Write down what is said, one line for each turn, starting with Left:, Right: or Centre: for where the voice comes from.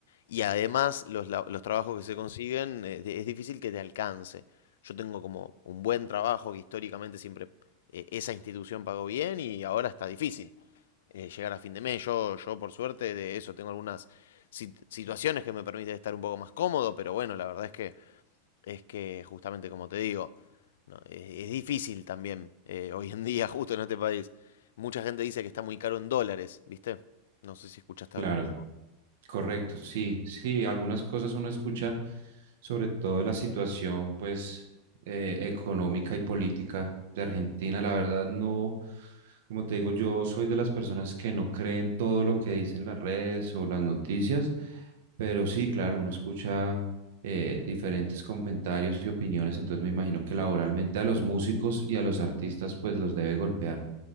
Left: y además los, la- los trabajos que se consiguen eh, es difícil que te alcance. Yo tengo como un buen trabajo que históricamente siempre eh, esa institución pagó bien y ahora está difícil eh, llegar a fin de mes. Yo, yo por suerte de eso tengo algunas sit- situaciones que me permiten estar un poco más cómodo, pero bueno, la verdad es que es que justamente como te digo, no, es, es difícil también eh, hoy en día <laughs> justo en este país. Mucha gente dice que está muy caro en dólares, ¿viste? No sé si escuchaste
Right: Claro.
Left: hablar de algo.
Right: Correcto, sí, sí, algunas cosas uno escucha, sobre todo de la situación, pues, eh, económica y política de Argentina. La verdad, no, como te digo, yo soy de las personas que no creen todo lo que dicen las redes o las noticias, pero sí, claro, uno escucha eh, diferentes comentarios y opiniones, entonces me imagino que laboralmente a los músicos y a los artistas, pues, los debe golpear,